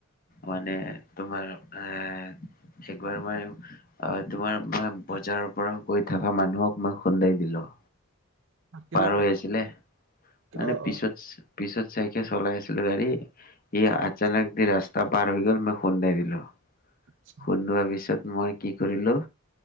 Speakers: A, on the left; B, on the right.
A: মানে তোমাৰ এ একবাৰ মই অ তোমাৰ মই বজাৰৰ পৰা গৈ থকা মানুহক মই খুন্দাই দিলো
B: কেনেকুৱা
A: পাৰ হৈ আছিলে মানে
B: অ অ
A: পিছত পিছত চাইকেল চলাই আছিলো <unintelligible> ই <unintelligible>
B: আচ্ছা
A: দি ৰাস্তা পাৰ হৈ গল মই খুন্দাই দিলো
B: আচ্ছা
A: খুন্দোৱাৰ পিছত মই কি কৰিলো